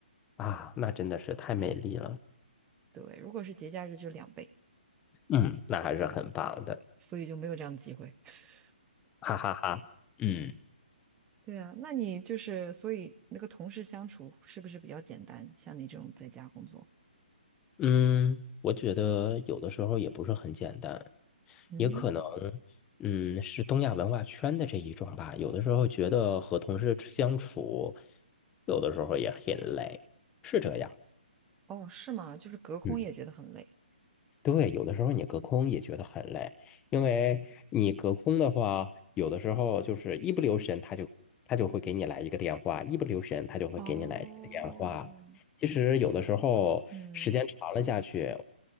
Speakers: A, on the left (about 15°); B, on the right (about 15°).
A: 啊，那真的是太美丽了，
B: 对，如果是节假日就两倍，
A: 嗯，那还是很棒的，
B: 所以就没有这样的机会。<laughs>
A: 哈哈哈，嗯
B: 对啊，那你就是所以那个同事相处是不是比较简单？像你这种在家工作，
A: 嗯，我觉得有的时候也不是很简单，
B: 嗯，
A: 也可能，嗯，是东亚文化圈的这一种吧，有的时候觉得和同事相处，有的时候也很累，是这样，
B: 哦，是吗？就是隔空也觉得很累。
A: 嗯。对，有的时候你隔空也觉得很累，因为你隔空的话，有的时候就是一不留神，他就他就会给你来一个电话，一不留神他就会给你来一个电话。
B: 哦，
A: 其实有的时候时间长了下去，
B: 嗯